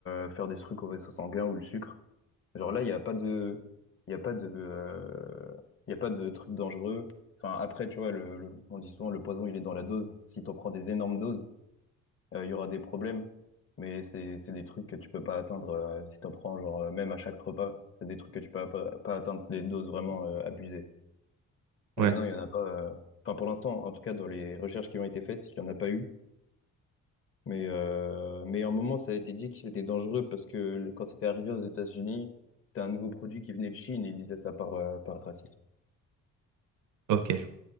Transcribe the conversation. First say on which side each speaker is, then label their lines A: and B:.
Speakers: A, on the left; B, on the right.
A: euh, faire des trucs au vaisseau sanguin ou le sucre. Genre là, il n'y a pas de. Il y a pas de. euh, Il y a pas de trucs dangereux. Enfin, après, tu vois, le, le- on dit souvent le poison, il est dans la dose. Si t'en prends des énormes doses, euh, il y aura des problèmes. Mais c'est, c'est des trucs que tu peux pas atteindre euh, si t'en prends, genre, euh, même à chaque repas. C'est des trucs que tu peux pas, pas atteindre, c'est des doses vraiment euh, abusées. Mais
B: Ouais,
A: non, il n'y en a pas. euh, Enfin, pour l'instant, en tout cas, dans les recherches qui ont été faites, il n'y en a pas eu. Mais, euh, mais à un moment, ça a été dit que c'était dangereux parce que le- quand c'était arrivé aux États-Unis, c'était un nouveau produit qui venait de Chine et ils disaient ça par, euh, par racisme.
B: ok, je